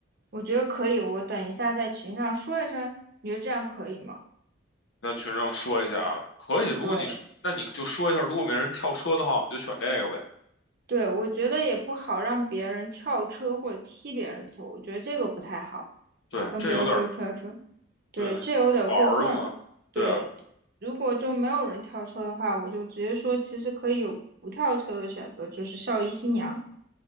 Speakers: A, on the right (about 50°); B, on the left (about 70°).
A: 我觉得可以，我等一下在群上说一声，你觉得这样可以吗？
B: 在群上说一下，可以。如果你那你就说一下，
A: 对，
B: 如果没人跳车的话，我们就选这个呗。
A: 对，我觉得也不好让别人跳车或者踢别人走，我觉得这个不太好，
B: 对，
A: 跟别人说跳车，
B: 这有点儿
A: 对，
B: 对
A: 这有点过分。
B: 玩儿嘛。
A: 对，
B: 对啊，
A: 如果就没有人跳车的话，我就直接说，其实可以有不跳车的选择，就是校医新娘，